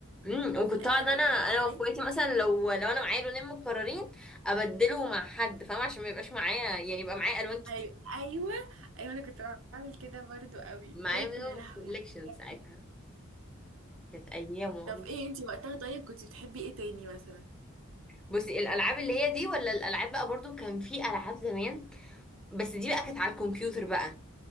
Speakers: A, in the centre; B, on the right.
A: امم وكنت
B: في الاخر
A: اقعد
B: يا
A: انا
B: رامي
A: انا
B: شوية
A: واخواتي مثلا لو لو انا معايا لونين متكررين ابدله مع حد فاهمه عشان ما يبقاش معايا يعني يبقى معايا الوان كتير
B: ايوه ايوه ايوه انا كنت بعمل كده برضو قوي
A: معايا
B: بجد
A: منهم
B: يا لهوي
A: كوليكشن
B: على الحاجات
A: ساعتها
B: دي
A: كانت ايام والله
B: طب ايه انتي وقتها طيب كنت بتحبي ايه تاني مثلا
A: بصي الالعاب اللي هي دي ولا الالعاب بقى برضو كان في العاب زمان بس دي بقى كانت على الكمبيوتر بقى